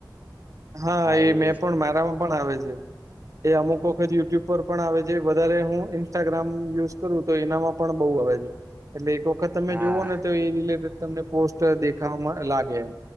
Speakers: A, on the right; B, on the right.
A: હા એ
B: એવી
A: મેં
B: જ
A: પણ મારામાં પણ આવે છે એ અમુક વખત યુટ્યુબ પર પણ આવે છે વધારે હું ઇન્સ્ટાગ્રામ યુઝ કરું તો એનામાં પણ બહુ આવે છે એટલે એક વખત તમે
B: હા
A: જોુવઓ ને તો એ રિલેટેડ તમને પોસ્ટ દેખાવામાં લાગે એમ